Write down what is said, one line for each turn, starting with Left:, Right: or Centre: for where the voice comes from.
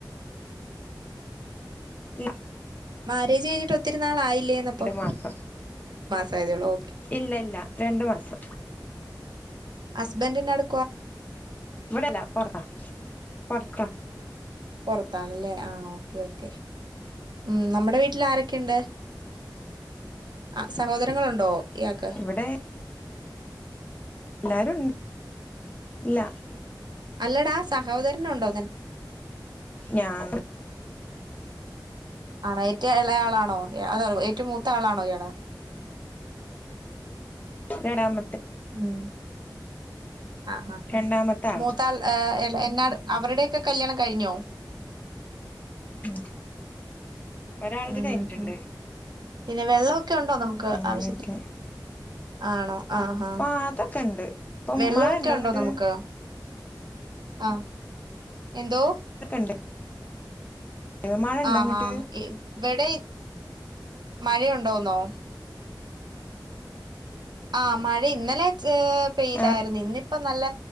Left: ഇ
Right: മാരേജ് കഴിഞ്ഞിട്ട് ഒ ഒത്തിരനാൾ ആയില്ലേന്ന്പ്പം
Left: മാസം
Right: ചയ്തളോ
Left: ഇല്ല ഇല്ല രണ്ടു മാസം
Right: ഹസ്ബൻ്റിനട്
Left: ഇവിടെല്ല പൊറത്താ പൊറത്ത
Right: പൊറത്താണല്ലേ ആഹ് ഓക്കെ ഓക്കെ ഉം നമ്മടെ വീട്ടിൽ ആരൊക്കെയ്ണ്ട് ആ സഹോദരങ്ങളുണ്ടോ ഇയാൾക്ക്
Left: ഇവിടെ എല്ലാരും ഇൻ ല്ല
Right: അല്ലടാ സഹോദരനുണ്ടോ നിൻ
Left: ഞാൻ
Right: ആണോ ഏറ്റവും ഇളയാളാണോ അത ഏറ്റു മൂ ത്ത ആളാണോ ഇയാള്
Left: രടാമ
Right: ഉം ആഹ് ആഹ് ഹാ
Left: രണ്ടാമത്തെ
Right: ഹാ
Left: ആളാ
Right: മൂത്താൾ എ എന്നാ അവരുടെയൊക്കെ കല്യാണം കഴിഞ്ഞോ
Left: ഉം ഒരാളത്
Right: ഉം
Left: കഴിഞ്ഞിട്ടുണ്ട്
Right: ഉം ഉം പിന്നെ വെള്ളൊ ഒക്കെ ഉണ്ടോ നമുക്ക്
Left: അങ്ങനെയൊക്കെ
Right: ആവശ്യത്തി ആണോ ആഹാ
Left: ആ അതൊക്കെ ഉണ്ട് ഇപ്പം
Right: വെള്ളമൊക്കെ
Left: മഴ
Right: ഉണ്ടോ
Left: അങ്ങട്ട്
Right: നമുക്ക് ആഹ് എന്തോ
Left: ണ്ട് മഴ ഉണ്ടോ
Right: ആ
Left: അങ്ങട്ട്
Right: ആ വിടെ മഴയുണ്ടോന്നോ ആ മഴ ഇന്നലെ പെയ്തായിരുന്നു
Left: ആ
Right: ഇന്നിപ്പോ നല്ല